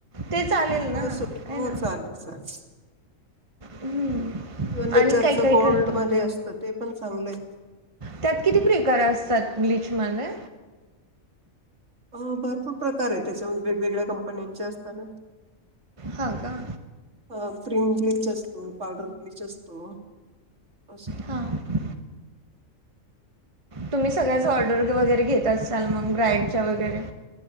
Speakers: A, on the right; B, on the right.
A: ते चालेल ना
B: हो
A: आहे
B: सु हो
A: ना.
B: चालेल चालेल
A: हम्म
B: किंवा नेचरच
A: आणि काही काही
B: गोल्ड
A: करतो
B: मध्ये असतं ते पण चांगलंय.
A: त्यात किती प्रकार असतात ब्लीच मध्ये
B: अ, भरपूर प्रकार आहे त्याच्यामध्ये वेगवेगळ्या कंपन्यांच्या असताना.
A: हा का
B: अ क्रीम ब्लीच असतो पावडर ब्लीच असतो. असते
A: हां तुम्ही सगळ्याच ऑर्डर वगैरे घेत असाल मग ब्राईडच्या वगैरे.